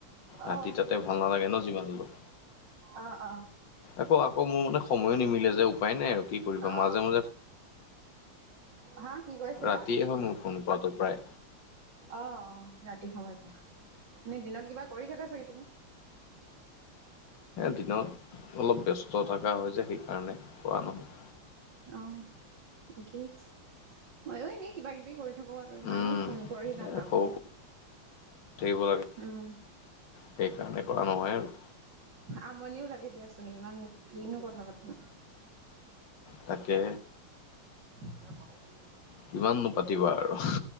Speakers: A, on the left; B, on the right.
A: ৰাতি
B: অ',
A: তাতে ভাল নালাগে ন যিমান হলেও।
B: অ' অ'
A: আকৌ আকৌ মোৰ মানে সময়ো নিমিলে যে উপায় নাই আৰু কি কৰিবা
B: অ'।
A: মাজে মাজে
B: হা কি কৈছিলা।
A: ৰাতিয়ে হয় মোৰ ফোন কৰাটো প্ৰায়
B: অ' অ' ৰাতি সময় কুৱো এই দিনত কিবা কৰি থাক চাগে তুমি।
A: দিনত অলপ ব্যস্ত থকা হয় যে সেইকাৰণে কৰা নহয়।
B: অ'ঠিকে ময়ো এনেই কিবা কিবি কৰি। থাকো আৰু ইমানো
A: উম
B: ফোন কৰি নাথাকো।
A: এ সৰু সৰু থাকিব লাগে
B: উম,
A: সেইকাৰণে কৰা নহয় আৰু।
B: আমনিও লাগে দিয়াচোন ইমান কিনো কথা পাতিম।
A: তাকে।
B: <inaudible>
A: কিমান নো পাতিবা আৰু।